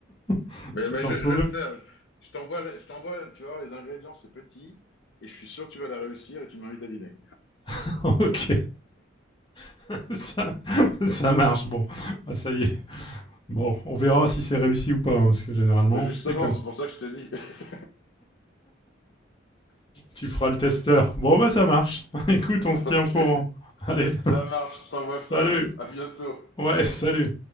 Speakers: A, on the left (about 25°); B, on the left (about 65°).
A: <laughs>
B: Mais,
A: si
B: mais
A: t'en
B: je,
A: retrouves,
B: je vais le
A: une.
B: faire. Je t'envoie, la- je t'envoie, tu vas voir, les ingrédients, c'est petit et je suis sûr que tu vas la réussir et tu m'invites à dîner.
A: <laughs> ok, <laughs> ça, ça marche. Bon, Ah, ça y est. Bon, on verra si c'est réussi ou pas, hein, parce que généralement,
B: Bah justement,
A: c'est comme
B: c'est pour ça que je t'ai dit. <laughs>
A: Tu feras le testeur. Bon, bah ça marche. <laughs> Écoute, on
B: Ok,
A: se tient au courant. Allez,
B: ça marche, je t'envoie
A: salut.
B: ça. À bientôt.
A: Ouais,
B: Ciao.
A: salut.